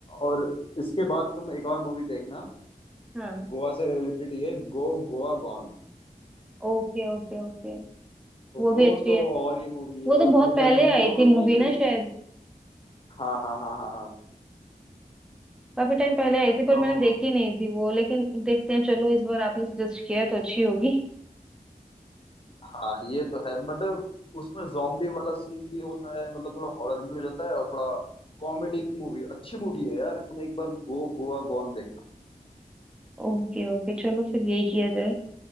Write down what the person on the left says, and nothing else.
और इसके बाद तुम एक और मूवी देखना
गोवा से रिलेटेड ये गो गोवा गॉन
वो
तो
और ही मूवी है
वो थ्रिलर
मूवी
हो
जाएगी
हाँ हाँ हाँ हाँ हाँ
तो
हाँ ये तो है बट उसमें जॉम्बी वाला सीन भी होता है मतलब थोड़ा हॉरर भी हो जाता है और थोड़ा कॉमेडी भी मूवी अच्छी मूवी है यार तुम एक बार गो गोवा गॉन देखना